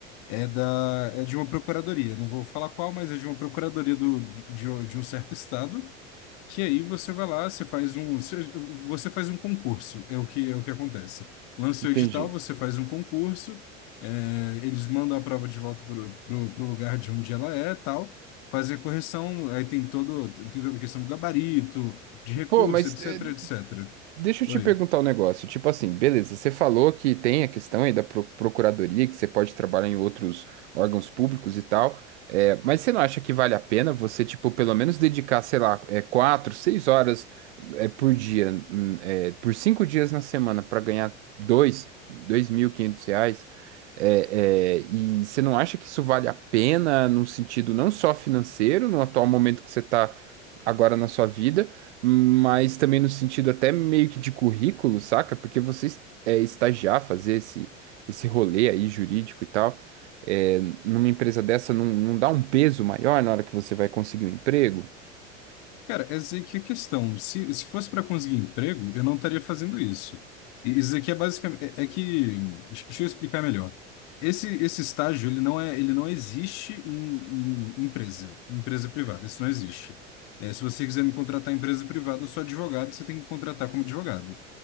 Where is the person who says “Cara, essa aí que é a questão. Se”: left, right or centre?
Left